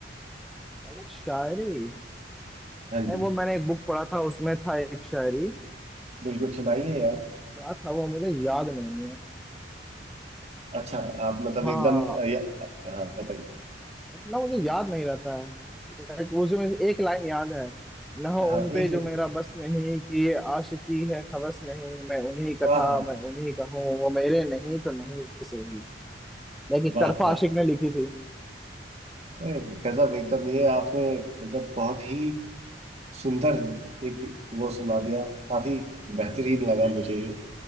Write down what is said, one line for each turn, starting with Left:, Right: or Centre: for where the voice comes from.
Centre: मैंने शायरी
Right: हाँ जी
Centre: नहीं वो मैंने एक बुक पढ़ा था उसमें था एक शायरी
Right: बिल्कुल सुनाइए यार
Centre: क्या था वो मुझे याद नहीं है
Right: अच्छा आप मतलब
Centre: हाँ
Right: एकदम अ, या, हाँ बताइए
Centre: उतना मुझे याद नहीं रहता है लाइक उसमें एक लाइन याद है न हो
Right: हाँ
Centre: उन पे
Right: एक
Centre: जो मेरा बस नहीं कि आशिकी है हवस नहीं मैं उन्हीं का था
Right: आहा
Centre: मैं उन्हीं का हूँ वो मेरे नहीं तो नहीं सही लेकिन
Right: वाह
Centre: तरफा
Right: वाह
Centre: आशिक ने लिखी थी
Right: अरे गजब एकदम ये आपने मतलब बहुत ही सुंदर एक वो सुना दिया काफी बेहतरीन लगा जी मुझे जी ये